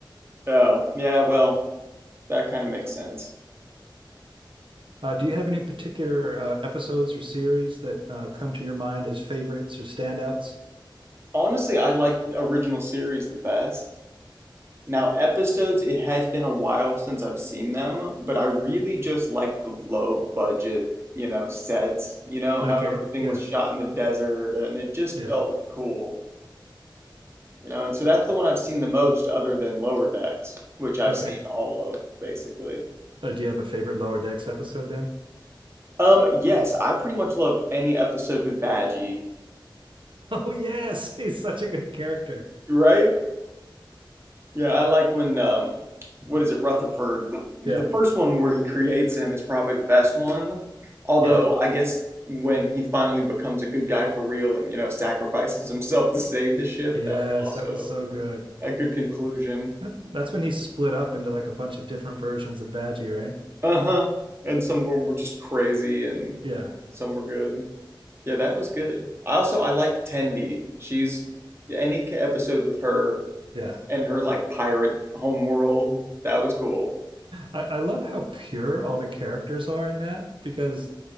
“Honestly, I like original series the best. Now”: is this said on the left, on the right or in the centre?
Right